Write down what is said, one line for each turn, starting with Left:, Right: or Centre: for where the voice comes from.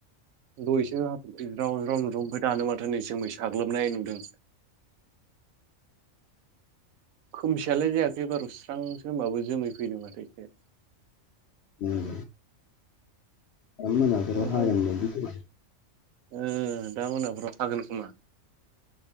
Right: दहायसो हाथरखि ज्राव‌ ज्राव नुदों ओमफाय दानो माथो नै जोमै साग्लोबनाय नुदों खोमसियालाय जायाखै बार' स्रांसो होमबाबोबो जोमै फैदों माथो ए
Left: उम दा मोनाफोराव
Right: मा
Left: हागोन
Right: जायो
Left: बायदि
Right: ओ दा मोनाफोराव हागोन खोमा